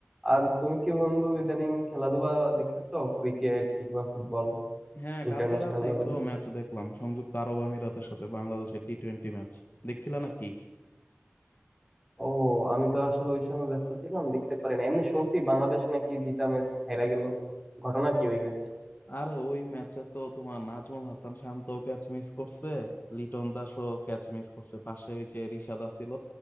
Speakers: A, in the centre; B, on the left (about 45°).
A: আর তুমি কি বন্ধু ইদানিং খেলাধুলা দেখতেছো ক্রিকেট কিংবা ফুটবল
B: হ্যাঁ
A: International
B: কালকে রাতেই
A: level
B: তো ম্যাচ দেখলাম সংযুক্ত আরব আমিরাতের সাথে বাংলাদেশের টি টোয়েন্টি ম্যাচ দেখছিলা নাকি
A: ও আমি তো আসলে ওই সময় ব্যস্ত ছিলাম দেখতে পারিনি এমনি শুনছি বাংলাদেশ নাকি জিতা ম্যাচ হেরা গেল ঘটনা কি ওই ম্যাচে
B: আরে ওই ম্যাচে তো তোমার নাজমুল হাসান শান্ত ক্যাচ মিস করছে লিটন দাসও ক্যাচ মিস করছে পাশে ওই যে রিশাদ আছিল